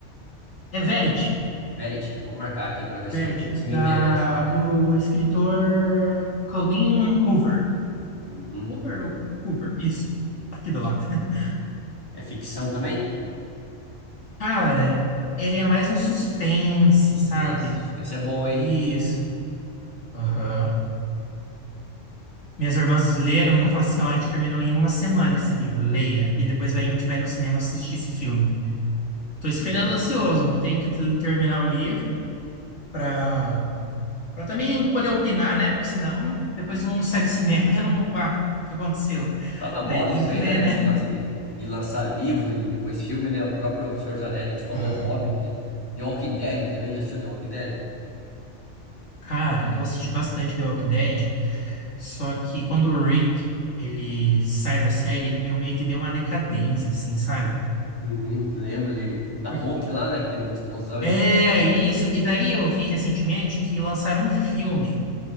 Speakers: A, on the left; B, on the left.
A: É Verity.
B: Verity. Vou marcar aqui pra ver se
A: Meredith,
B: eu se me
A: da,
B: interessa isso
A: do
B: aí.
A: escritor Colin Hoover.
B: Uhum.
A: Hoover ou Hoover? Isso, aqui do lado. <laughs>
B: É ficção também?
A: Cara, ele é mais um suspense,
B: Suspense.
A: sabe?
B: Suspense é bom, hein?
A: Isso. Aham. Minhas irmãs leram e falaram assim: ó, a gente terminou em uma semana esse livro, leia. E depois vai, a gente vai no cinema assistir esse filme. Tô esperando
B: Que legal.
A: ansioso. Tenho que t- terminar o livro pra, pra também poder opinar, né? Porque senão depois todo mundo sai do cinema <laughs> e eu não. Ah, o que aconteceu?
B: Tá na moda
A: Daí tem
B: isso
A: que
B: aí,
A: ler,
B: né?
A: né?
B: Esse negócio de, de lançar livro e depois filme, né? O próprio Senhor dos Anéis, a gente falou,
A: Aham.
B: Hobbit, The Walking Dead também. Já assistiu The Walking Dead?
A: Cara, eu assisti bastante The Walking Dead, só que quando o Rick, ele sai da série, eu meio que dei uma decadência, assim, sabe?
B: Uhum, lembro ele da
A: Porque-
B: ponte lá, né? Que teve uma explosão. Eles...
A: É isso. E daí eu vi recentemente que lançaram um filme.